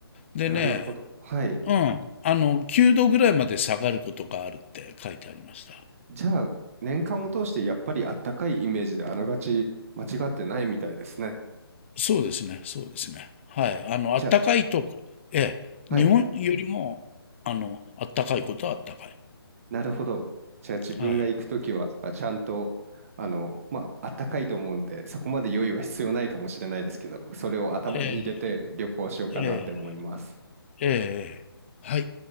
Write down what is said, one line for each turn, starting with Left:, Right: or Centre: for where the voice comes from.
Left: でね、
Right: なるほど。はい。
Left: うん、あの、9度ぐらいまで下がることがあるって書いてありました。
Right: じゃあ、年間を通してやっぱりあったかいイメージであながち間違ってないみたいですね。
Left: そうですね、そうですね。はい、あの、
Right: じゃ
Left: 暖かいと、ええ、
Right: あ、
Left: 日本よりも、
Right: はい、
Left: あの、暖かいことは暖かい。
Right: なるほど。じゃあ自分が行くときは、
Left: はい。
Right: あちゃんと、あの、まあ、あったかいと思うんで、そこまで用意は必要ないかもしれないですけど、それを頭に入れて旅行しようかなって思います。
Left: ええ、ええ、ええ、ええはい。